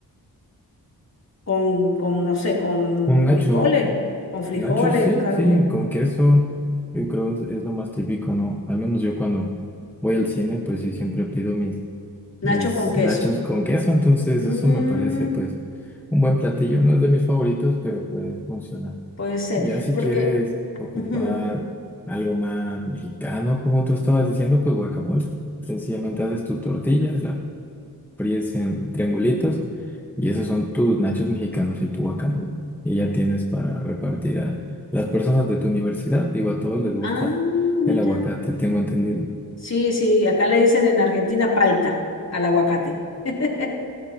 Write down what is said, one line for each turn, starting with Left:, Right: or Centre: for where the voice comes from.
Left: Con, con, no sé, con
Centre: Un nacho.
Left: frijoles, con frijoles,
Centre: Nachos, sí,
Left: carne.
Centre: sí, con queso, yo creo es, es lo más típico, ¿no? Al menos yo cuando voy al cine, pues sí, siempre pido mis,
Left: Nachos
Centre: mis
Left: con queso.
Centre: nachos con queso, entonces
Left: Mm,
Centre: eso me parece pues un buen platillo, no es de mis favoritos, pero puede funcionar.
Left: puede ser,
Centre: Y ya si
Left: porque...
Centre: quieres ocupar
Left: ujú.
Centre: algo más mexicano, como tú estabas diciendo, pues guacamole. Sencillamente haces tu tortilla, la fríes en triangulitos y esos son tus nachos mexicanos y tu guacamole. Y ya tienes para repartir a las personas de tu universidad. Digo, a todos les gusta
Left: Ah, mira.
Centre: el aguacate, tengo entendido.
Left: Sí, sí, acá le dicen en Argentina palta al aguacate. <laughs>